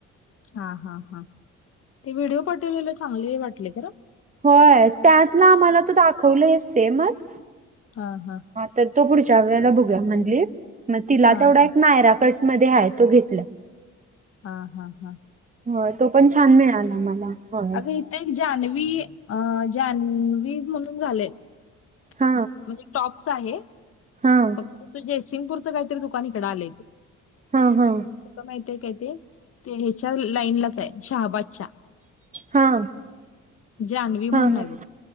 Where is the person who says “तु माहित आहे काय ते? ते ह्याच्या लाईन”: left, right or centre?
Left